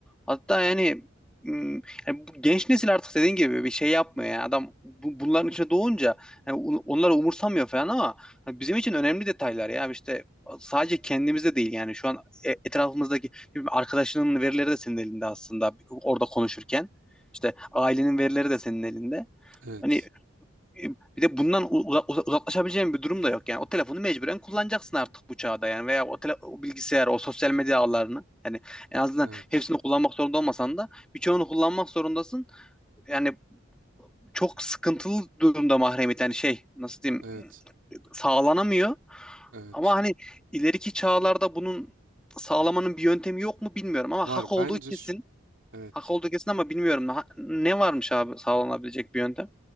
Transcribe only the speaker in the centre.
Hatta yani ım, yani bu genç nesil artık dediğin gibi bir şey yapmıyor yani adam bu, bunların içine doğunca yani on- onları umursamıyor falan ama Ha, Bizim için önemli detaylar ya işte sadece kendimizde değil yani şu an e- etrafımızdaki ne bileyim, arkadaşının verileri de senin elinde aslında orada konuşurken işte ailenin verileri de senin elinde.
Hani e, bir de bundan u- uza- uza- uzaklaşabileceğin bir durum da yok yani o telefonu mecburen kullanacaksın artık bu çağda yani veya o, tele- o bilgisayar o sosyal medya ağlarını yani en azından
hepsini kullanmak zorunda olmasan da birçoğunu kullanmak zorundasın. Yani çok sıkıntılı durumda mahremiyet yani şey nasıl diyeyim
sağlanamıyor.
Ama hani ileriki çağlarda bunun sağlamanın bir yöntemi yok mu bilmiyorum ama
hak olduğu
kesin.
Hak olduğu kesin ama bilmiyorum. Ha- Ne varmış abi sağlanabilecek bir yöntem?